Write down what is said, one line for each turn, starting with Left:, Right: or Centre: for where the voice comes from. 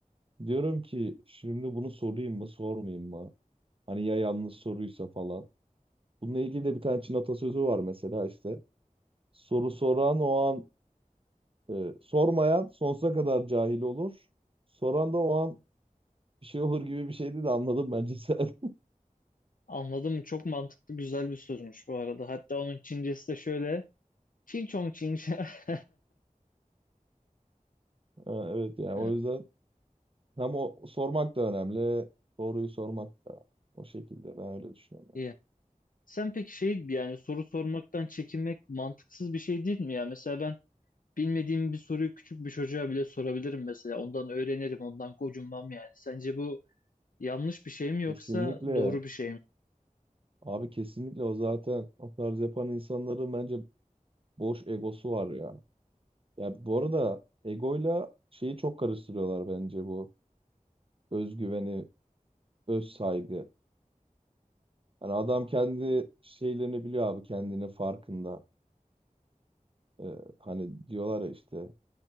Right: Diyorum ki şimdi bunu sorayım mı sormayayım mı? Hani ya yanlış soruysa falan. Bununla ilgili de bir tane Çin atasözü var mesela işte. Soru soran o an e, sormayan sonsuza kadar cahil olur. Soran da o an bir şey olur gibi bir şeydi de anladım bence sen. <laughs>
Left: anladım çok mantıklı güzel bir sözmüş bu arada. Hatta onun Çincesi de şöyle Çin çong çin. <laughs>
Right: Ha, evet yani
Left: Evet,
Right: o yüzden hem o sormak da önemli. Doğruyu sormak da o şekilde ben öyle düşünüyorum.
Left: İyi. Sen peki şey yani soru sormaktan çekinmek mantıksız bir şey değil mi ya? Mesela ben Bilmediğim bir soruyu küçük bir çocuğa bile sorabilirim mesela. Ondan öğrenirim, ondan gocunmam yani. Sence bu yanlış bir şey
Right: yani.
Left: mi yoksa
Right: Kesinlikle.
Left: doğru bir şey mi?
Right: Abi kesinlikle o zaten o tarz yapan insanların bence boş egosu var ya. Ya bu arada egoyla şeyi çok karıştırıyorlar bence bu özgüveni, öz saygı. Hani adam kendi şeylerini biliyor abi kendini farkında. Ee, hani diyorlar ya işte